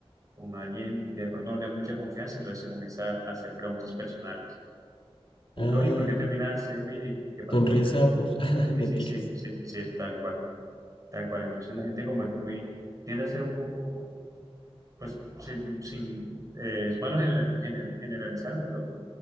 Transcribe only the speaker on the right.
con alguien que de pronto no tenga mucha confianza, entonces se comienza a hacer preguntas personales. Como
que, oye, ¿por qué terminaste? Oye, ¿y qué pasó?
Y tal.
Sí,
sí, sí, sí, sí, es tal cual, tal cual. Entonces la gente como es muy, tiende a ser un poco, pues, sin, sin eh, es malo gener- gener- generalizar, pero,